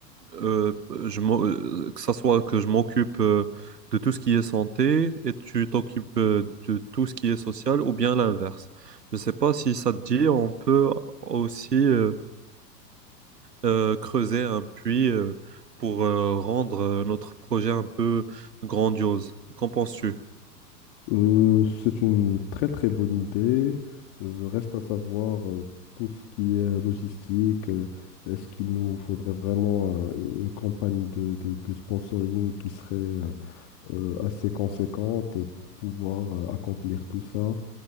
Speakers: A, on the right; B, on the left.
A: euh, je m'o- euh, que ça soit que je m'occupe euh, de tout ce qui est santé et tu t'occupes euh, de tout ce qui est social ou bien l'inverse. Je ne sais pas si ça te dit, on peut aussi euh, euh, creuser un puits euh, pour euh, rendre euh, notre projet un peu grandiose. Qu'en penses-tu?
B: Euh, c'est une très très bonne idée. Euh, reste à savoir euh, tout ce qui est logistique. euh, est-ce qu'il nous faudrait vraiment euh, une campagne de, de- de sponsoring qui serait euh, euh, assez conséquente pour pouvoir euh, accomplir tout ça?